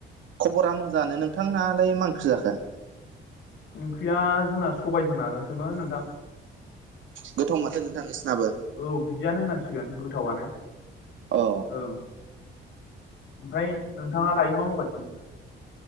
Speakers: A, on the right; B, on the left.
A: खबरा मोजाङानो नोंथांनालाय मा ओंख्रि जाखो।
B: ओंख्रिया जोंना सबायजों नाजोंसोमोन नोंथां।
A: गोथाव माथो नोंथां नोंसिनाबो।
B: औ बिदियानो होननांसिगोन गोथावनो
A: औ
B: ओं। ओमफ्राय नोंथाङा दायो मा मावगासिनो